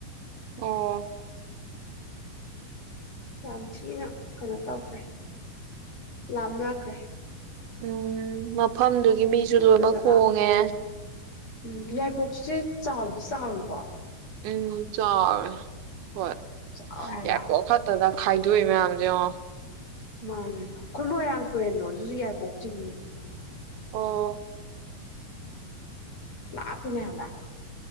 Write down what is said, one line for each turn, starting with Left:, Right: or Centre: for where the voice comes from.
Right: ꯑꯣ
Left: ꯌꯥꯝ ꯊꯤꯅ ꯀꯩꯅꯣ ꯇꯧꯈ꯭ꯔꯦ ꯂꯥꯞꯅꯈ꯭ꯔꯦ
Right: ꯎꯝ ꯃꯥ ꯐꯝꯗꯨꯒꯤ ꯃꯤꯁꯨ
Left: ꯅꯣꯏꯒꯁꯨ
Right: ꯂꯣꯏꯅꯃꯛ ꯍꯣꯡꯉꯦ
Left: ꯂꯥꯞ ꯎꯝ ꯌꯥꯏꯔꯤꯄꯣꯛꯁꯦ ꯆꯥꯎ ꯆꯥꯎꯏꯤꯀꯣ
Right: ꯎꯝ ꯆꯥꯢ ꯍꯣꯏ
Left: ꯆꯥꯎꯔꯦ ꯍꯥꯏꯕ
Right: ꯌꯥꯏꯄꯣꯛ ꯈꯛꯇꯗ ꯈꯥꯏꯗ꯭ꯋꯤ ꯃꯌꯥꯝꯖꯤ ꯌꯦꯡꯉꯣ
Left: ꯃꯥꯅꯦ ꯑꯩꯈꯣꯏ ꯃꯣꯏꯔꯥꯡ ꯄꯨꯨꯔꯦꯟꯅꯣ ꯑꯗꯨꯁꯨ ꯌꯥꯢꯔꯤꯄꯣꯛ ꯆꯤꯡꯅ
Right: ꯑꯣ
Left: ꯂꯥꯛꯄꯤꯅꯦ ꯍꯥꯏꯕ